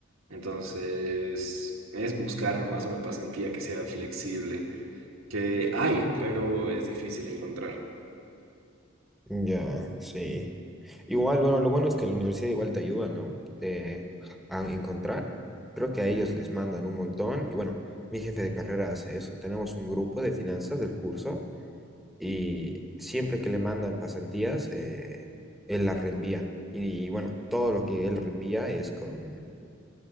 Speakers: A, on the right (about 80°); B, in the centre.
A: Entonces, es buscar nomás una pasantía que sea flexible, que hay, pero es difícil encontrar.
B: Ya, sí. Igual, bueno, lo bueno es que la universidad igual te ayuda, ¿no? Eh, a encontrar. Creo que a ellos les mandan un montón. Y bueno, mi jefe de carrera hace eso. Tenemos un grupo de finanzas del curso y siempre que le mandan pasantías, eh, él las reenvía. Y, bueno, todo lo que él reenvía es con,